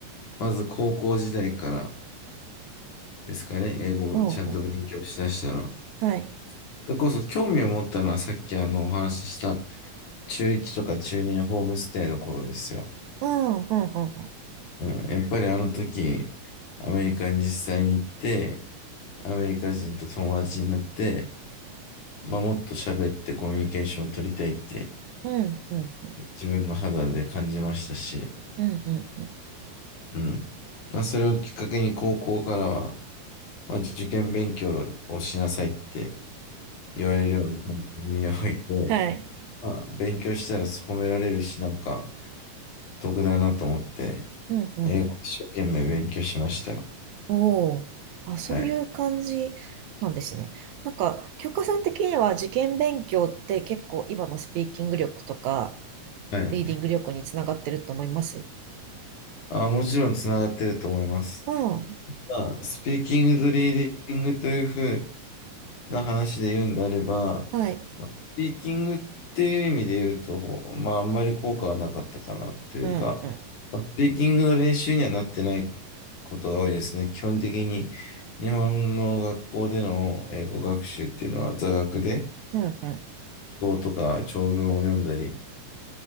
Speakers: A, on the left; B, on the right.
A: まず高校時代からですかね、英語をちゃんと勉強しだしたのは。
B: うんうん。
A: そ
B: はい。
A: れこそ興味を持ったのはさっきあのお話しした中1とか中2のホームステイの頃ですよ。
B: ああ
A: うん、やっぱりあの時、アメリカに実際に行って、アメリカ人と友達になって、まあ、もっと喋ってコミュニケーションを取りたいって
B: うん、うん、うん、うん。
A: 自分の肌で感じましたし、
B: うん、うん、うんうん。
A: うん。まあ、それをきっかけに高校からは、まあ、受験勉強をしなさいって言われるように耳を置いて、
B: はい。
A: まあ、勉強したら褒められるし、なんか得だなと思って、
B: うん、うん。
A: 英語一生懸命勉強しましたよ。
B: おおあ、そういう感じなんですね。
A: はい。
B: なんか、教科さん的には受験勉強って結構今のスピーキング力とか、
A: はい。
B: リーディング力につながってると思います。
A: あ、もちろんつながってると思います。
B: うん。
A: まあ、スピーキングとリーディングというふうな話で言うんであれば、
B: はい。
A: まあスピーキングっていう意味で言うと、まあ、あんまり効果はなかったかなというか、
B: うん、うん。
A: まあスピーキングの練習にはなってないことが多いですね。基本的に日本の学校での英語学習っていうのは座学で、
B: うんうん。
A: 語とか長文を読んだり、